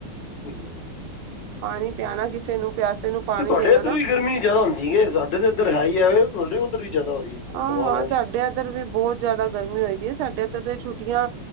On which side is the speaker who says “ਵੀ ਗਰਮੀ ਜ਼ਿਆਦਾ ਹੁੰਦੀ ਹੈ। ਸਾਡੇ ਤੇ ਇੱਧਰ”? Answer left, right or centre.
Left